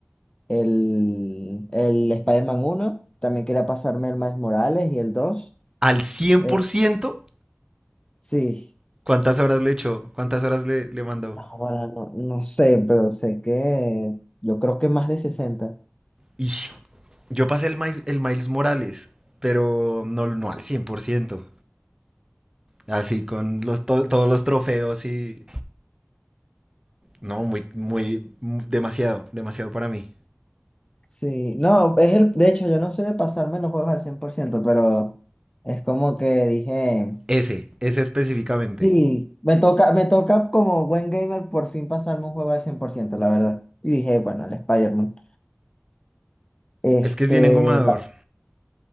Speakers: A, on the left; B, on the right.
A: el, el Spider-Man 1. También quería pasarme el Miles Morales y el dos
B: ¿Al cien
A: Eh,
B: por ciento.
A: sí.
B: ¿Cuántas horas le echó? ¿Cuántas horas le, le mandó?
A: Ahora no, no sé, pero sé que yo creo que más de sesenta
B: Ix, Yo pasé el, Miles, el Miles Morales, pero no, no al cien por ciento Así con los, to- todos los trofeos y... No, muy, muy, m- demasiado, demasiado para mí.
A: Sí, no, es el, de hecho yo no soy de pasarme los juegos al cien por ciento pero es como que dije,
B: Ese, ese específicamente.
A: sí, me toca, me toca como buen gamer por fin pasarme un juego al cien por ciento la verdad. Y dije, bueno, el Spider-Man. Este,
B: Es que es bien engomador,
A: ta-